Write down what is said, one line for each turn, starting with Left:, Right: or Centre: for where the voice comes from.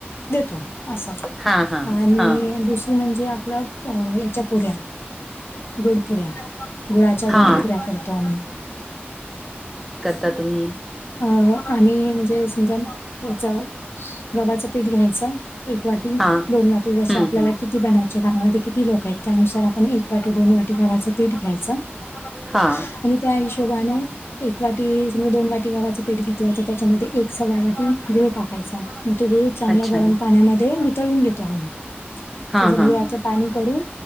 Left: देतो अस आहे
Centre: हां हां
Left: आणि
Centre: हां
Left: दुसरी म्हणजे मग याच्या पुऱ्या गोडपुऱ्या, गुळाच्या
Centre: हा
Left: गोडपुऱ्या करतो आम्ही
Centre: ता तुम्ही
Left: अ आम्ही म्हणजे समजा पुढचा गव्हाचं पीठ घ्यायचं, एक वाटी
Centre: हा
Left: दोन वाटी जसं
Centre: हम्म
Left: आपल्याला
Centre: हम्म
Left: किती बनायचे घरामध्ये किती लोक आहेत त्यानुसार आपण एक एक वाटी दोन वाटी गव्हाचं पीठ घ्यायच आणि
Centre: हा
Left: त्या हिशोबाने एक वाटी समज दोन वाटी गव्हाचं पीठ घेतलं तर त्याच्यामध्ये एक सव्वा वाटी गुळ टाकायचा मग तो गुळ चांगल्या
Centre: अच्छा
Left: गरम पाण्यामध्ये वितळून घेतो आम्ही.
Centre: हा
Left: त्याच गुळाचं
Centre: हा हा.
Left: पाणी करून